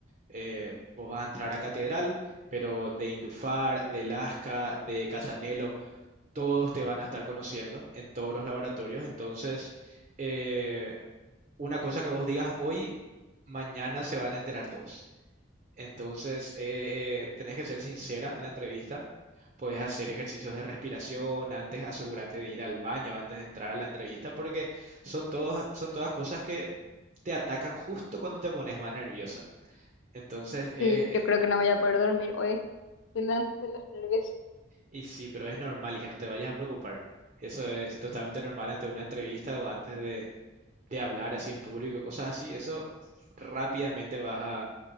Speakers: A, on the right; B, on the left.
A: Eh, vos vas a entrar a Catedral, pero de Indufar, de Lasca, de Casanelo, todos te van a estar conociendo en todos los laboratorios. Entonces, eh, una cosa que vos digas hoy, mañana se van a enterar todos. Entonces, eh, eh, tenés que ser sincera en la entrevista. Podés hacer ejercicios de respiración antes, asegúrate de ir al baño antes de entrar a la entrevista, porque son todos, son todas cosas que te atacan justo cuando te pones más nerviosa. Entonces, eh,
B: Sí, yo creo que no voy a poder dormir hoy de la- de los nervios.
A: y sí, pero es normal, hija, no te vayas a preocupar. Eso es totalmente normal ante una entrevista o antes de, de hablar así en público, cosas así. Eso rápidamente vas a,